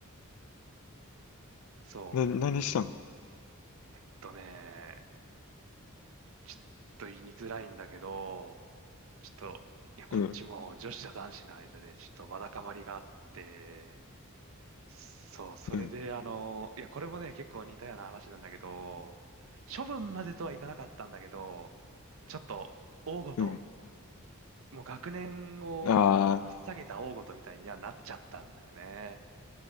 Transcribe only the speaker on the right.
そう、
えっとね、ちょっと言いにづらいんだけど、ちょっと、いや、こっちも女子と男子の間でちょっとわだかまりがあって、
そう、それで、
あの、いや、これもね、結構似たような話なんだけど、処分までとはいかなかったんだけど、ちょっと、大ごと、
もう学年を引っ提げた大ごとみたいにはなっちゃったんだよね。